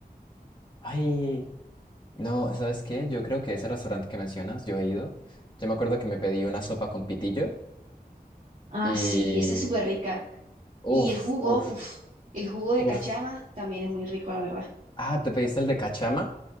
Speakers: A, on the left; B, on the right.
A: Ay, no, ¿sabes qué? Yo creo que ese restaurante que mencionas, yo he ido. Yo me acuerdo que me pedí una sopa con pitillo
B: Ah,
A: y...
B: sí, esa es súper rica. Y
A: Uf,
B: el jugo,
A: uf,
B: uff, el jugo de
A: uf.
B: cachama también es muy rico, la verdad.
A: Ah, ¿te pediste el de cachama?